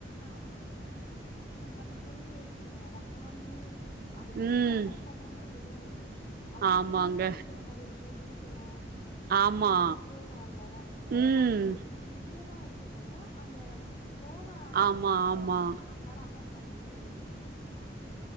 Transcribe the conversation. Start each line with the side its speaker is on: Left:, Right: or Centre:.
Left: அவுங்கள கூட்டிட்டு எங்கயுமே நம்மளால போயிடு ஆ வ காந்து அது பங்க்ஷன்
Right: ம்
Left: அட்டன் பண்ற மாரி இல்லங்க அவுங்க
Right: ஆமாங்க
Left: கூடியே இருக்ற மாரிருக் கு ஊட்டணூ
Right: ஆமா
Left: அவங்க ஏதா கேப்பாங்க அது
Right: ம்
Left: வாங்கி குடுக்கணூ இப்டியேதா இருக் கே தவிர அந்த போன அ
Right: ஆமா ஆமா
Left: பங்க்ஷன் நம்மளால அட்டன் பண்ண முடிய்றதில்ல